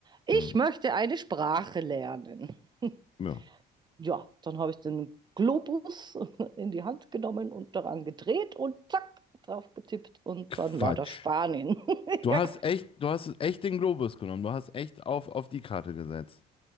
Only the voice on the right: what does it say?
Ich
möchte eine Sprache lernen. <laughs>
Ja, dann habe ich den Globus <laughs> in die Hand genommen und daran gedreht und zack, drauf getippt und
dann war das Spanien. <laughs>
Ja,